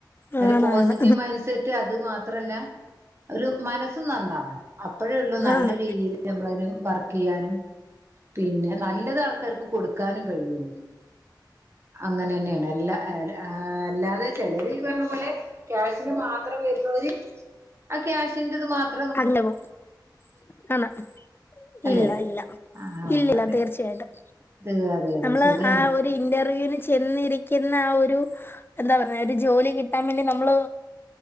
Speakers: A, on the left; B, on the right.
A: ആണ്
B: ഒരു പോസിറ്റീവ്
A: ആണ്
B: മൈൻറ് സെറ്റ് അത് മാത്രം മാത്രല്ല ഒരു മനസ്സും നന്നാവണം അപ്പോഴേ ഉള്ള നല്ല
A: ആണ്
B: രീതിയിയില് നമ്മളന് വർക്ക് ചെയ്യാനും പിന്നെ നല്ലത കൊടുക്കാനും കഴിയുള്ളു അങ്ങനെ തന്നെയാണ് എല്ല അതെ ചിലര് പറഞ്ഞ പോലെ ക്യാഷിന് മാത്രം വരുന്നവര് ആക്കയാശ ഇന്റെ ദമാത്ര
A: അങ്ങനെ പോവും ആണ
B: അല്ലെ
A: ഇല്ല ഇല്ല
B: ആഹ്
A: ഇല്ലല്ല
B: അതെ
A: തീർച്ചയായിട്ടും
B: ഇത് അതെ അതെ
A: നമ്മള്
B: ശരിയാണ്
A: ആ ഒരു ഇന്റർവ്യവിന് ചെന്നിരിക്കുന്ന എന്താ പറ ജോലി കിട്ടാൻ വേണ്ടി നമ്മൾ